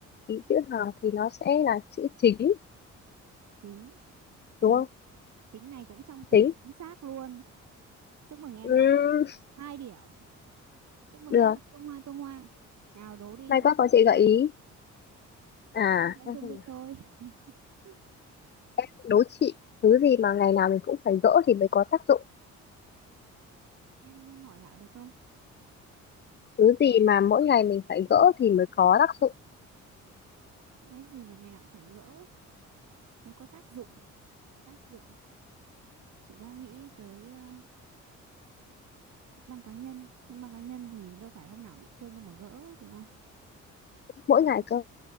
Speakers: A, on the left; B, on the right.
A: ý chữ hàng thì nó sẽ là chữ chính
B: chính chính
A: đúng không
B: chính này cũng trong từ
A: chính
B: chính xác luôn chúc mừng em
A: Ừm,
B: đã hai điểm chúc mừng
A: được
B: chúc mừng tung hoa tung hoa nào đố đi
A: may quá có chị gợi ý à
B: nhưng em
A: em
B: sẽ thông
A: xem
B: minh
A: nào.
B: thôi <laughs>
A: em đố chị thứ gì mà ngày nào mình cũng phải gỡ thì mới có tác dụng
B: em hỏi lại được không
A: thứ gì mà mỗi ngày mình phải gỡ thì mới có tác dụng
B: cái gì mà ngày nào cũng phải gỡ mới có tác dụng tác dụng chị đã nghĩ tới ờ, băng cá nhân nhưng băng cá nhân thì đâu phải hôm nào bị thương đâu mà gỡ đúng không cái
A: mỗi
B: này
A: ngày
B: nó
A: cơ
B: rất-